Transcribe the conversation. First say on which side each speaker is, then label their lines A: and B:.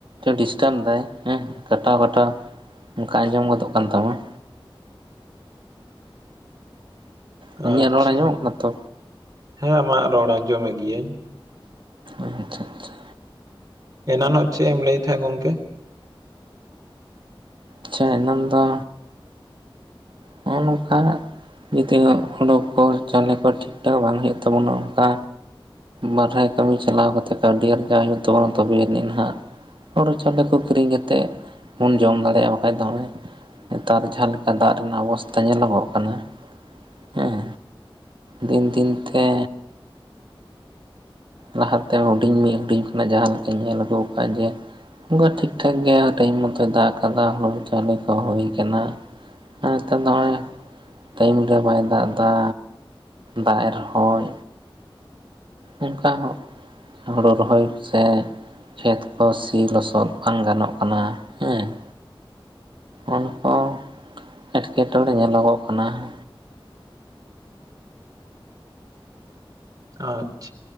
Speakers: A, on the right (about 60°); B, on the right (about 40°).
A: ᱰᱤᱥᱴᱟᱵᱽ ᱫᱟᱭ ᱦᱮᱸ ᱠᱟᱴᱟᱣ ᱠᱟᱴᱟᱣ ᱚᱱᱠᱟ ᱟᱸᱡᱚᱢ ᱜᱚᱫᱚᱜ ᱠᱟᱱ ᱛᱟᱢᱟ᱾ ᱤᱧᱟᱹᱜ
B: ᱟᱪᱪᱷᱟ
A: ᱨᱚᱲ ᱟᱸᱡᱚᱢᱚᱜ ᱠᱟᱱᱟ ᱛᱚ
B: ᱦᱮᱸ ᱟᱢᱟᱜ ᱨᱚᱲ ᱟᱸᱡᱚᱢ ᱢᱮᱫ ᱜᱤᱭᱟᱹᱧ ᱾
A: ᱟᱪᱪᱷᱟ ᱟᱪᱪᱷᱟ ᱾
B: ᱮᱱᱟᱝ ᱪᱮᱫ ᱮᱢ ᱞᱟᱹᱭᱮᱫ ᱛᱟᱦᱮᱸ ᱜᱚᱝᱠᱮ?
A: ᱟᱪᱪᱷᱟ ᱮᱱᱟᱱ ᱫᱚ ᱱᱚᱜᱼᱚ ᱱᱚᱝᱠᱟ ᱡᱩᱫᱤᱭᱚ ᱩᱰᱳᱠ ᱠᱚ ᱪᱟᱣᱞᱮ ᱠᱚ ᱴᱷᱤᱠ ᱴᱷᱟᱠ ᱵᱟᱝ ᱦᱩᱭᱩᱜ ᱛᱟᱵᱚᱱᱟ ᱚᱱᱠᱟ ᱵᱟᱨᱦᱮ ᱠᱟᱹᱢᱤ ᱪᱟᱞᱟᱣ ᱠᱟᱛᱮ ᱠᱟᱹᱣᱰᱤ ᱟᱨᱡᱟᱣ ᱦᱩᱭᱩᱜ ᱛᱟᱵᱚᱱᱟ᱾ ᱛᱚᱵᱮᱭᱱᱤᱡ ᱱᱟᱦᱟᱜ ᱦᱳᱲᱩ ᱪᱟᱣᱞᱮ ᱠᱚ ᱠᱤᱨᱤᱧ ᱠᱟᱛᱮᱜ ᱵᱚᱱ ᱡᱚᱢ ᱫᱟᱲᱮᱭᱟᱜᱼᱟ ᱵᱟᱠᱷᱟᱡ ᱫᱚ ᱦᱚᱜᱼᱚᱭ᱾ ᱱᱮᱛᱟᱨ ᱡᱟᱦᱟᱸ ᱞᱮᱠᱟ ᱫᱟᱜ ᱨᱮᱱᱟᱜ ᱚᱵᱚᱥᱛᱷᱟ ᱧᱮᱞᱚᱜᱚᱜ ᱠᱟᱱᱟ᱾ ᱦᱮᱸ ᱫᱤᱱ ᱫᱤᱱ ᱛᱮ ᱞᱟᱦᱟ ᱛᱮ ᱦᱩᱰᱤᱧ ᱢᱤᱫ ᱦᱩᱰᱤᱧ ᱠᱷᱚᱱᱟᱜ ᱡᱟᱦᱟᱸ ᱞᱮᱠᱟᱧ ᱧᱮᱞ ᱟᱹᱜᱩ ᱟᱠᱟᱫᱼᱟ ᱡᱮ ᱚᱱᱠᱟ ᱴᱷᱤᱠ ᱴᱷᱟᱠ ᱜᱮᱭᱟ ᱴᱟᱭᱤᱢ ᱢᱚᱛᱚᱭ ᱫᱟᱜ ᱟᱠᱟᱫᱟ ᱦᱩᱲᱩ ᱪᱟᱣᱞᱮ ᱠᱚ ᱦᱩᱭ ᱟᱠᱟᱱᱟ ᱾ ᱟᱨ ᱱᱮᱛᱟᱨ ᱫᱚ ᱦᱚᱜᱼᱚᱭ ᱴᱟᱭᱤᱢ ᱨᱮ ᱵᱟᱭ ᱫᱟᱜ ᱫᱟ᱾ ᱫᱟᱜ ᱮᱫ ᱨᱮ ᱦᱚᱭ ᱚᱱᱠᱟ ᱦᱚᱜ ᱦᱳᱲᱳ ᱨᱚᱦᱚᱭ ᱥᱮ ᱠᱷᱮᱛ ᱠᱚ ᱥᱤ ᱞᱚᱥᱚᱫ ᱵᱟᱝ ᱜᱟᱱᱚᱜ ᱠᱟᱱᱟ ᱦᱮᱸ ᱾ ᱩᱱ ᱠᱚ ᱮᱴᱠᱮᱴᱚᱬᱮ ᱧᱮᱞᱚᱜᱚᱜ ᱠᱟᱱᱟ ᱾
B: ᱟᱪᱪᱷᱟ